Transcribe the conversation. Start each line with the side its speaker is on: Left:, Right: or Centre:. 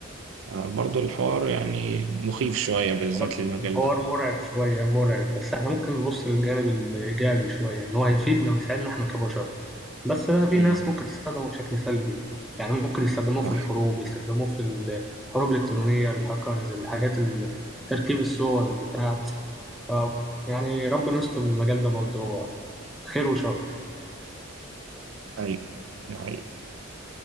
Right: فبرضه الحوار يعني مخيف شوية بالذات
Centre: الحوار
Right: للمجال
Centre: الحوار
Right: ده
Centre: مرعب شوية مرعب بس احنا ممكن نبص للجانب الإيجابي شوية ان هو هيفيدنا ويساعدنا احنا كبشر بس بقى في
Right: امم
Centre: ناس ممكن تستخدمه بشكل سلبي يعني ممكن يستخدموه
Right: صح
Centre: في الحروب يستخدموه في الحروب الإلكترونية الهاكرز الحاجات ال- تركيب الصور بتاع ف يعني ربنا يستر من المجال ده برضه هو خير وشر
Right: حقيقي حقيقي